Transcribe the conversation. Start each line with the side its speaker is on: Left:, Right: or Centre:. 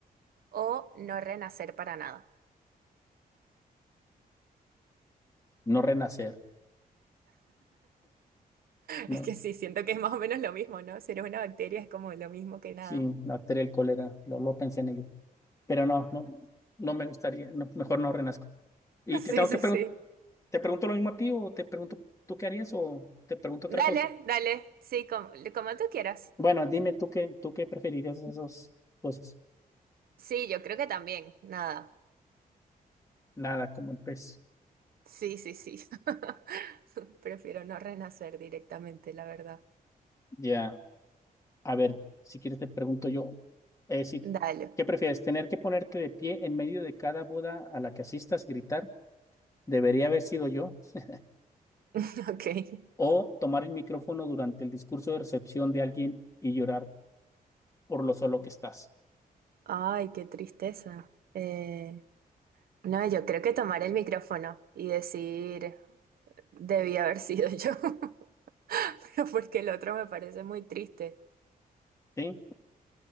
Right: o no renacer para nada?
Left: no renacer, no,
Right: Es que sí, siento que es más o menos lo mismo, ¿no? Si eres una bacteria es como lo mismo que nada.
Left: sí, la bacteria del cólera, lo, lo pensé en ello, pero no, no, no me gustaría, no, mejor no renazco. ¿Y
Right: <laughs>
Left: te
Right: Sí,
Left: tengo
Right: sí,
Left: que preguntar,
Right: sí.
Left: te pregunto lo mismo a ti o te pregunto tú qué harías o te pregunto otra
Right: Dale,
Left: cosa?
Right: dale. Sí, como, como tú quieras.
Left: Bueno, dime tú qué, tú qué preferirías de esas cosas.
Right: Sí, yo creo que también. Nada.
Left: Nada, como el pez.
Right: Sí, sí, sí. <laughs> Prefiero no renacer directamente, la verdad.
Left: Ya, a ver, si quieres te pregunto yo, eh, si-
Right: Dale.
Left: ¿qué prefieres? ¿Tener que ponerte de pie en medio de cada boda a la que asistas, gritar, debería haber sido yo? <laughs>
Right: <laughs> Ok.
Left: ¿O tomar el micrófono durante el discurso de recepción de alguien y llorar por lo solo que estás?
Right: Ay, qué tristeza. Eh, no, yo creo que tomar el micrófono y decir, debí haber sido yo, <laughs> pero porque el otro me parece muy triste.
Left: ¿Sí?